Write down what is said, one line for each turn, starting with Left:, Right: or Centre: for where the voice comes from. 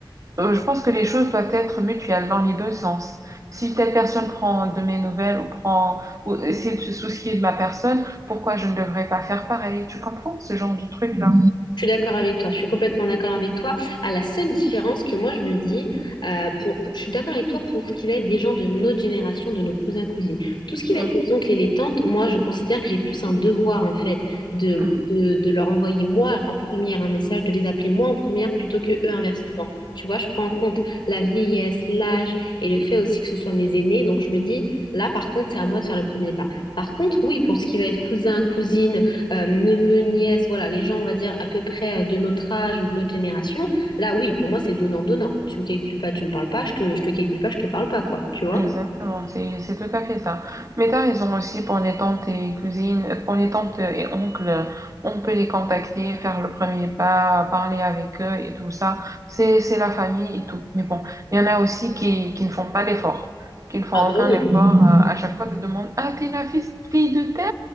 Right: Euh, je pense que les choses doivent être mutuelles dans les deux sens. Si telle personne prend de mes nouvelles ou prend ou essaie de se soucier de ma personne, pourquoi je ne devrais pas faire pareil? Tu comprends ce genre de truc-là?
Left: Je suis d'accord avec toi, je suis complètement d'accord avec toi. À la seule différence que moi je me dis, euh, pour, pour- je suis d'accord avec toi pour ce qui va être des gens de notre génération, de nos cousins, cousines. Tout ce qui
Right: Mhm.
Left: va être les oncles et les tantes, moi je considère que j'ai plus un devoir en fait de,
Right: Mhm.
Left: de, de leur envoyer moi en première un message, de les appeler moi en première plutôt que eux inversement. Tu vois, je prends en compte la vieillesse, l'âge et le fait aussi que ce soit mes aînés. Donc je me dis, là par contre, c'est à moi de faire le premier pas. Par contre, oui, pour ce qui va être cousin, cousine, euh, neveux, nièces, voilà, les gens, on va dire, à peu près euh, de notre âge ou de notre génération, là, oui, pour moi, c'est donnant-donnant. Tu me calcules pas, tu me parles pas, je te, je te calcule pas, je te parle pas, quoi, tu vois?
Right: Exactement, c'est c'est tout à fait ça. Mais t'as raison aussi pour les tantes et cousines, euh, pour les tantes et oncles, on peut les contacter, faire le premier pas, parler avec eux et tout ça. C'est c'est la famille et tout. Mais bon, il y en a aussi qui qui ne font pas l'effort, qui ne font
Left: Ah bah
Right: aucun
Left: oui.
Right: effort. Euh, à chaque fois, tu te demandes, ah, t'es la fille, fille de tel?